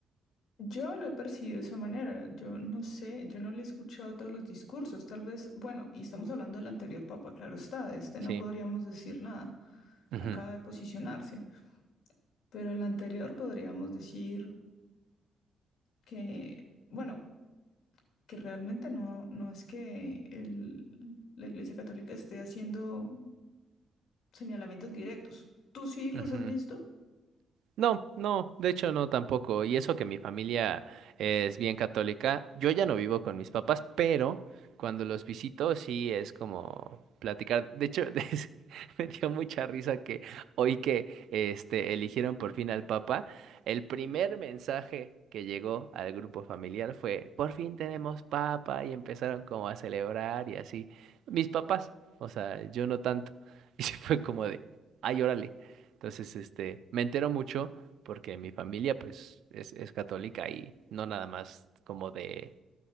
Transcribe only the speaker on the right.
Sí.
Ujú,
ujú.
No, no, de hecho no tampoco. Y eso que mi familia es bien católica, yo ya no vivo con mis papás, pero cuando los visito sí es como platicar. De hecho, <laughs> des- me dio mucha risa que hoy que este eligieron por fin al Papa, el primer mensaje que llegó al grupo familiar fue, por fin tenemos Papa, y empezaron como a celebrar y así. Mis papás, o sea, yo no tanto. <laughs> Y se fue como de, ay, órale. Entonces, este, me entero mucho porque mi familia, pues, es, es católica y no nada más como de,